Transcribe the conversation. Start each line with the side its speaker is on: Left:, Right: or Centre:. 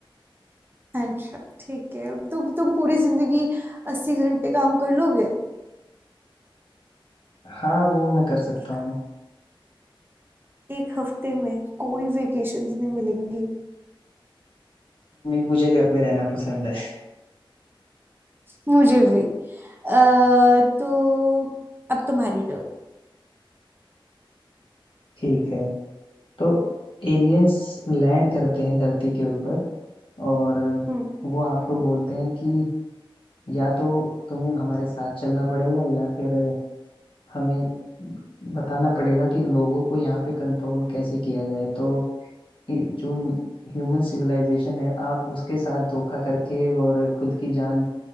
Right: अच्छा ठीक है तो तुम पूरी जिंदगी अस्सी घंटे काम कर लोगे
Left: हाँ वो मैं कर सकता
Right: एक,
Left: हूँ
Right: एक हफ्ते में कोई वेकेशंस नहीं मिलेंगी
Left: मुझे घर पे रहना पसंद है
Right: मुझे भी अ, तो अब तुम्हारी टर्न
Left: ठीक है तो एलियंस लैंड करते हैं धरती के ऊपर और
Right: हम्म
Left: वो आपको बोलते हैं कि या तो तुम्हें हमारे साथ चलना पड़ेगा या फिर हमें बताना पड़ेगा कि लोगों को यहाँ पे कंट्रोल कैसे किया जाए तो ये जो ह्यूमन सिविलाइजेशन है आप उसके साथ धोखा करके और खुद की जान